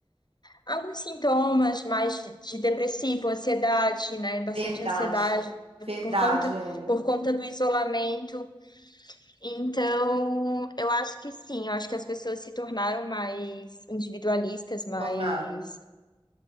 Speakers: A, on the left; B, on the right.
A: alguns sintomas mais de depressivo, ansiedade, né? Bastante
B: Verdade,
A: ansiedade
B: verdade,
A: por conta,
B: Ellen.
A: por conta do isolamento então, eu acho que sim, eu acho que as pessoas se tornaram mais individualistas, mais,
B: Tornaram.